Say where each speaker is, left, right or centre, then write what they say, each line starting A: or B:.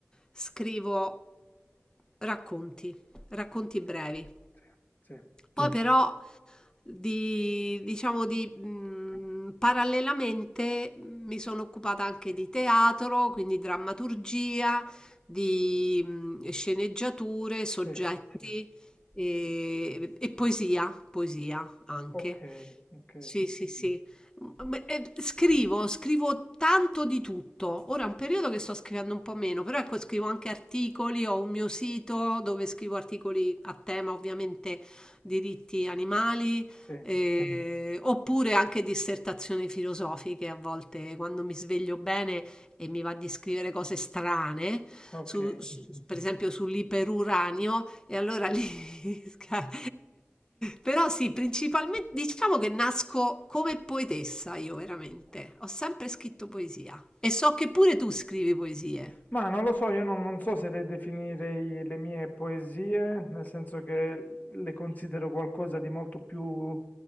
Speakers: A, on the left; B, on the left.
A: scrivo racconti, racconti brevi.
B: Sì, sì,
A: Poi Mm. però di, diciamo di, mm, parallelamente mi sono occupata anche di teatro, quindi drammaturgia, di mm, sceneggiature, soggetti
B: sì,
A: e, e poesia, poesia anche.
B: ok, ok,
A: Sì, sì, sì. Mm, beh, eh, scrivo, scrivo tanto di tutto. Ora è un periodo che sto scrivendo un po' meno, però ecco, scrivo anche articoli, ho un mio sito dove scrivo articoli a tema, ovviamente, diritti animali,
B: sì,
A: eh, oppure anche dissertazioni filosofiche a volte, quando mi sveglio bene e mi va di scrivere cose strane
B: ok.
A: su- su- per esempio sull'iperuranio e allora lì... <laughs> sca- Però sì, principalmente diciamo che nasco come poetessa io veramente. Ho sempre scritto poesia e so che pure tu scrivi poesie.
B: Ma non lo so, io non, non so se le definirei le mie poesie, nel senso che le considero qualcosa di molto più,